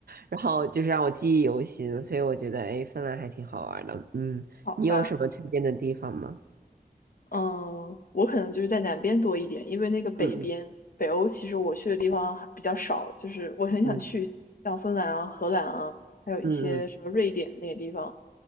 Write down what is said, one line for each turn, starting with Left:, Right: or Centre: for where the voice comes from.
Right: 然后就是让我记忆犹新，所以我觉得，哎，芬兰还挺好玩的。嗯，
Left: 好吧，
Right: 你有什么推荐的地方吗？
Left: 嗯，我可能就是在南边多一点，因为那个北边，
Right: 嗯
Left: 北欧其实我去的地方还比较少，就是我很想去像芬兰啊、
Right: 嗯
Left: 荷兰啊，还有一些什么瑞典那些地方，
Right: 嗯嗯